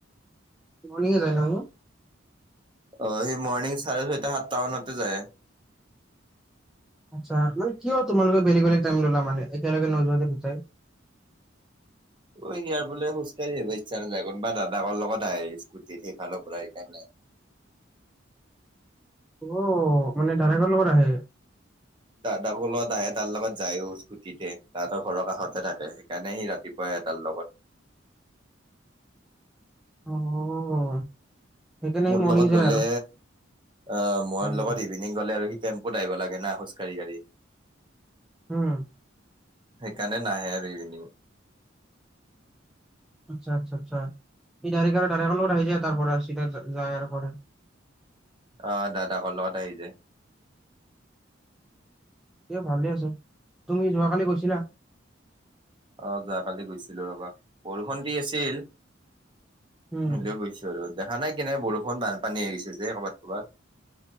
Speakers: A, in the centre; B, on the right (about 25°).
A: মৰ্ণিং যায় ন <unintelligible>
B: অ', সেই মৰ্ণিং চাৰে ছয়টা, সাতটা মানতে যায়।
A: আচ্ছা, মানে কিয় তোমালোকে বেলেগ-বেলেগ টাইম ললা মানে একেলগে নোযোৱা যে দুটাই?
B: অ', সিয়াৰ বোলে খোজকাঢ়ি আহিব ইচ্ছা নাযায়, কোনোবা দাদাকৰ লগত আহে স্কুটিত সেইফালৰ পৰা সেইকাৰণে।
A: অ', মানে দাদাকৰ লগত আহে?
B: দাদাকৰ লগত আহে তাৰ লগত যায়ও স্কুটিতে দাদাৰ ঘৰৰ কাষতে থাকে সেইকাৰণে সি ৰাতিপুৱাই সি তাৰ লগত।
A: অ'। সেইকাৰণে
B: মোৰ
A: সি মৰ্ণিং
B: লগত
A: যায়
B: গ'লে,
A: আৰু
B: আহ মই
A: উম
B: লগত ইভিনিং গলে আৰু সি টেম্পোত আহিব লাগে না খোজ কাঢ়ি-কাঢ়ি।
A: উম।
B: সেইকাৰণে নাহে আৰু ইভিনিং।
A: আচ্ছা-আচ্ছা-আচ্ছা, সি ডাইৰেক্ট আৰু দাদাকৰ লগত আহি যায় তাৰ পৰা চিধা যায় আৰু পৰে?
B: অ', দাদাকৰ লগত আহি যায়।
A: ভালে আছে, তুমি যোৱাকালি গৈছিলা?
B: অ', যোৱাকালি গৈছিলোঁ ৰবা, বৰষুণ দি আছিল,
A: উম
B: হলেও গৈছোঁ। দেখা নাই কেনেকুৱা বৰষুণ, বানপানী আহিছে যে কৰ'বাত-ক'ৰবাত?